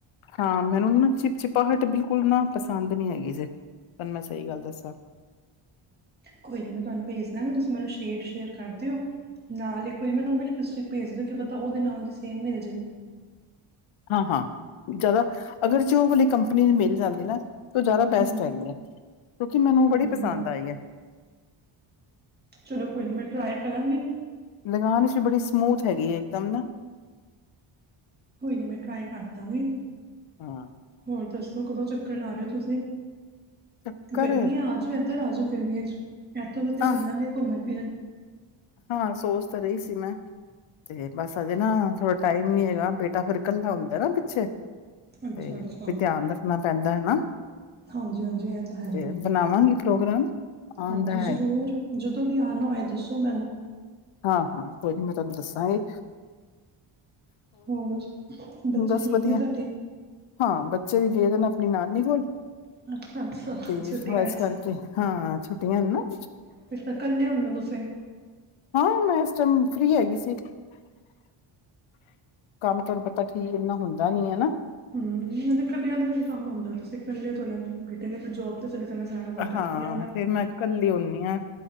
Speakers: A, on the left; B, on the right.
A: ਹਾਂ ਮੈਨੂੰ ਨਾ ਚਿਪਚਿਪਾਹਟ ਬਿਲਕੁਲ ਨਾ ਪਸੰਦ ਨੀ ਹੈਗੀ ਜੇ ਤੁਹਾਨੂੰ ਮੈਂ ਸਹੀ ਗੱਲ ਦੱਸਾਂ।
B: ਕੋਈ ਨਹੀਂ ਮੈਂ ਤੁਹਾਨੂੰ ਭੇਜ ਦਾਂਗਾ ਤੁਸੀਂ ਮੈਨੂੰ ਸ਼ੇਡ ਸ਼ੇਅਰ ਕਰ ਦਿਓ ਨਾਲ ਇੱਕ ਵਾਰੀ ਮੈਨੂੰ ਉਹ ਵੀ ਲਿਪਸਟਿਕ ਭੇਜ ਦਿਓ ਕਿ ਪਤਾ ਉਹਦੇ ਨਾਲ ਦੀ ਸੇਮ ਮਿਲ ਜਾਏ।
A: ਹਾਂ ਹਾਂ ਜ਼ਿਆਦਾ ਅਗਰ ਜੇ ਉਹ ਵਾਲੀ ਕੰਪਨੀ ਦੀ ਮਿਲ ਜਾਂਦੀ ਨਾ। ਤੋਂ ਜ਼ਿਆਦਾ ਬੈਸਟ
B: ਹਮ
A: ਹੈਗੀ ਹੈ ਕਿਉਂਕਿ ਮੈਨੂੰ
B: ਹਮ
A: ਊ ਬੜੀ ਪਸੰਦ ਆਈ ਹੈ।
B: ਚਲੋ ਕੋਈ ਨੀ ਮੈਂ ਟਰਾਈ ਕਰਾਂਗੀ।
A: ਲਗਾਨ ਚ ਵੀ ਬੜੀ ਸਮੂਥ ਹੈਗੀ ਹੈ ਇੱਕਦਮ ਨਾ।
B: ਕੋਈ ਨੀ ਮੈਂ ਟਰਾਈ ਕਰ ਦਾਂਗੀ।
A: ਹਾਂ
B: ਹੋਰ ਦੱਸ ਕਦੋਂ ਚੱਕਰ ਲਾ ਰਹੇ ਹੋ ਤੁਸੀਂ
A: ਚੱਕਰ
B: ਗਰਮੀ ਆ ਆਜੋ, ਇੱਧਰ ਆ ਜੋ। ਗਰਮੀਆਂ ਚ ਇੱਥੋਂ ਕਿਤੇ
A: ਆਹ
B: ਚੱਲਾਂਗੇ ਘੁੰਮਣ ਫਿਰਨ।
A: ਹਾਂ ਸੋਚ ਤਾਂ ਰਹੀ ਸੀ ਮੈਂ ਤੇ ਬਸ ਹਜੇ ਨਾ ਥੋੜਾ ਟਾਈਮ ਨੀ ਹੈਗਾ ਬੇਟਾ ਫੇਰ ਕੱਲਾ ਹੁੰਦਾ ਨਾ ਪਿੱਛੇ
B: ਅੱਛਾ
A: ਤੇ
B: ਅੱਛਾ
A: ਵੀ ਧਿਆਨ ਰੱਖਣਾ ਪੈਂਦਾ। <unintelligible>
B: ਹਾਂਜੀ। ਹਾਂਜੀ। ਇਹ ਤਾਂ ਹੈ
A: ਤੇ
B: ਵੇ,
A: ਬਣਾਵਾਂਗੀ ਪ੍ਰੋਗਰਾਮ ਆਉਣ
B: ਹਾਂਜੀ
A: ਦਾ
B: ਜ਼ਰੂਰ ਜਦੋਂ ਵੀ ਆਨਾ ਹੋਏ ਦੱਸੋ। ਮੈਨੂੰ
A: ਹਾਂ-ਹਾਂ ਕੋਈ ਦੱਸਾਂਗੀ
B: ਹੋਰ ਬੱਚੇ
A: ਬਸ
B: ਠੀਕ
A: ਵਧੀਆ
B: ਨੇ ਤੁਹਾਡੇ?
A: ਹਾਂ ਬੱਚੇ ਵੀ ਗਏਦੇ ਨੇ ਆਪਣੀ ਨਾਨੀ ਕੋਲ।
B: ਅੱਛਾ-ਅੱਛਾ
A: ਤੇ
B: ਛੁੱਟੀਆਂ
A: ਥੋੜਾ ਇਸ
B: ਚ
A: ਕਰਕੇ ਹਾਂ ਛੁੱਟੀਆਂ ਹਨ ਨਾੱ
B: ਫਿਰ ਤਾਂ ਇਕੱਲੇ ਹੋਂਣੇ ਤੁਸੀਂ
A: ਹਾਂ ਮੈਂ ਇਸ ਟਾਈਮ ਫ੍ਰਰੀ ਹੈਗੀ ਸੀ, ਕੰਮ ਤੁਹਾਨੂੰ ਪਤਾ ਠੀਕ ਇਨਾ ਹੁੰਦਾ ਨੀ ਹੈਨਾ
B: ਹਮ ਮ ਇਕੱਲਿਆਂ ਦਾ ਵੀ ਕੰਮ ਹੁੰਦਾ ਤੁਸੀ ਇਕੱਲੇ ਤੁੜ ਬੇਟੇ ਨੇ ਫਿਰ ਜੋਬ ਤੇ ਚਲੇ ਜਾਣਾ ਸਾਰਾ ਦਿਨ ਰਾਤੀ
A: ਹਾਂ
B: ਆਣਾ
A: ਤੇ ਮੈਂ ਕੱਲੀ ਹੋਣੀ ਹਾਂ